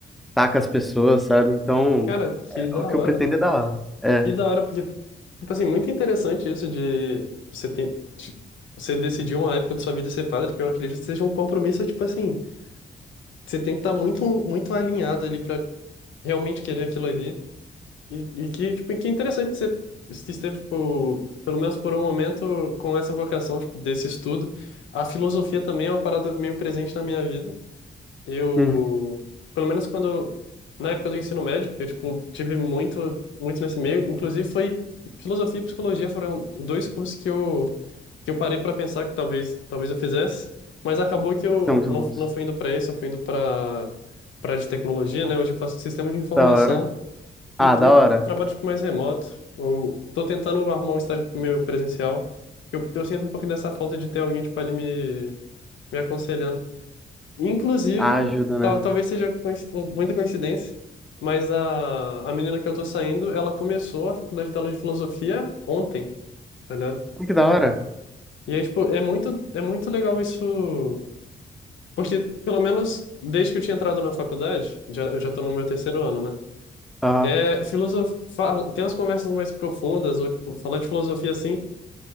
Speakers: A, in the centre; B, on the left.
A: estar com as pessoas, sabe? Então,
B: Cara, que da
A: o que
B: hora.
A: eu pretendo é dar aula. É.
B: Que da hora, porque, tipo assim, muito interessante isso de você tem. de- Você decidiu uma época de sua vida ser padre, que eu acredito que seja um compromisso, tipo assim, você tem que estar muito, muito alinhado ali pra realmente querer aquilo ali. E, e que, tipo, e que interessante que você que esteve, tipo, pelo menos por um momento, com essa vocação, tipo, desse estudo. A filosofia também é uma parada meio presente na minha vida. Eu,
A: Uhum.
B: pelo menos quando, na época do ensino médio, eu, tipo, tive muito, muito nesse meio. Inclusive, foi filosofia e psicologia foram dois cursos que eu, que eu parei para pensar que talvez, talvez eu fizesse, mas acabou que eu
A: São muito
B: não,
A: bons.
B: não fui indo para esse, eu fui indo para para de tecnologia, né? Hoje eu faço sistema de informação.
A: Da hora.
B: E,
A: Ah,
B: e
A: da hora.
B: trabalho tipo, mais remoto. Ou tô tentando arrumar um estágio meu presencial. Eu, eu sinto um pouco dessa falta de ter alguém tipo, ali me, me aconselhando. Inclusive,
A: Ah, ajuda,
B: tal,
A: né?
B: talvez seja coinci- muita coincidência, mas a, a menina que eu tô saindo, ela começou a faculdade dela de filosofia ontem, tá ligado?
A: Olha Que da hora.
B: E aí, tipo, é muito, é muito legal isso. Porque, pelo menos, desde que eu tinha entrado na faculdade, já, eu já tô no meu terceiro ano, né?
A: Aham.
B: É, filosof... fala- tem umas conversas mais profundas, ou tipo, falar de filosofia assim,